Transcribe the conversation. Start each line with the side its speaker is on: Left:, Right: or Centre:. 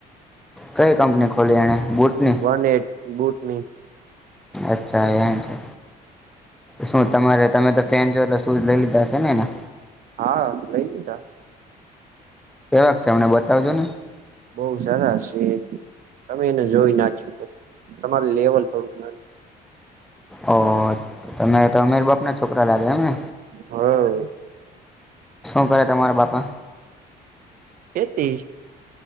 Centre: કઈ કંપની ખોલી એણે બૂટની
Right: વન એટ <unintelligible>
Centre: અચ્છા એમ છે, શું તમારે તમે તો ફેન જો એટ શૂઝ લઈ લધ જસનેના
Right: હા, લઈ જતાા
Centre: કેવાક છે, અમને બતાવજો ને
Right: બઉ સારા છે, તમે એને જોઈ નાખ્યું તમારું લેવલ થોડું
Centre: ઓહ, તમેં તો અરા બાપના છોકરા લાગ્યા એમને
Right: <unintelligible>
Centre: શું કરે તમારા બાપા?
Right: ખેતી